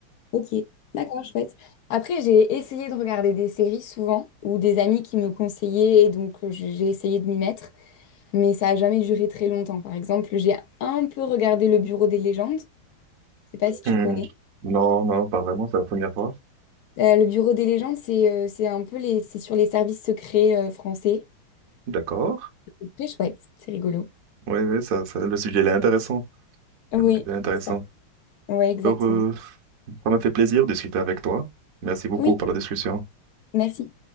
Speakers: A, on the left (about 70°); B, on the right (about 55°).
A: Ok, d'accord, chouette. Après, j'ai essayé de regarder des séries souvent, ou des amis qui me conseillaient, et donc euh, j'ai j'ai essayé de m'y mettre, mais ça a jamais duré très longtemps. Par exemple, j'ai un peu regardé Le Bureau des légendes, je sais pas si tu
B: Et- hmm.
A: connais.
B: Non, non, pas vraiment, c'est la première fois.
A: Euh, le Bureau des légendes, c'est euh, c'est un peu les, c'est sur les services secrets euh, français.
B: D'accord.
A: C'est très chouette, c'est rigolo.
B: Oui, oui, ça, ça- le sujet, il est intéressant.
A: Oui,
B: Donc, il est intéressant.
A: c'est ça. Ouais, exactement.
B: Alors, euh, ça m'a fait plaisir de discuter avec toi. Merci beaucoup
A: Oui,
B: pour la discussion.
A: merci.